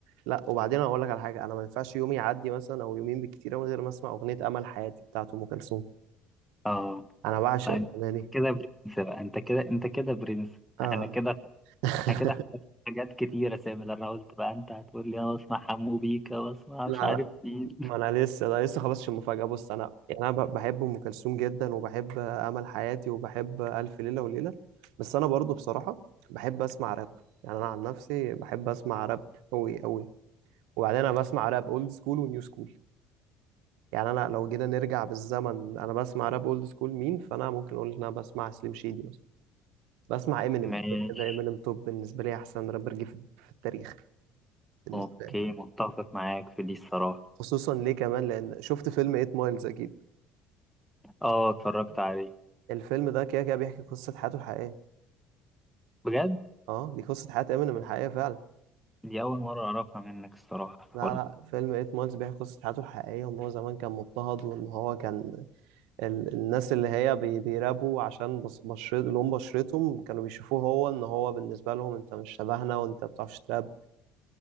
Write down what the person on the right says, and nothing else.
لا وبعدين أقول لك على حاجة أنا ما ينفعش يوم يعدي مثلا أو يومين بالكتير أوي من غير ما أسمع أغنية أمل حياتي بتاعت أم كلثوم
أنا بعشق
الأغنية دي
آه
<laughs>
لا
لا
ما انا لسه انا لسه خلصتش المفاجاه بص انا يعني انا ب- بحب ام كلثوم جدا وبحب امل حياتي وبحب الف ليله وليله بس انا برضو بصراحه بحب اسمع راب يعني انا عن نفسي بحب اسمع راب قوي قوي وبعدين انا بسمع راب اولد سكول ونيو سكول يعني انا لو جينا نرجع بالزمن انا بسمع راب اولد سكول مين فانا ممكن اقول ان انا بسمع سليم شيدي مثلا بسمع امينيم
كده كده امينيم توب بالنسبه لي احسن رابر جه في في التاريخ بالنسبه
لي
خصوصا ليه كمان لان شفت فيلم 8 مايلز اكيد
الفيلم ده كده كده بيحكي قصة حياته الحقيقية
اه دي قصة حياة امينيم الحقيقية فعلا
لا لا فيلم 8 مايلز بيحكي قصة حياته الحقيقية وان هو زمان كان مضطهد وان هو كان ال... الناس اللي هي بي... بيرابوا عشان بص... بشرت لون بشرتهم كانوا بيشوفوه هو ان هو بالنسبة لهم انت مش شبهنا وانت ما بتعرفش تراب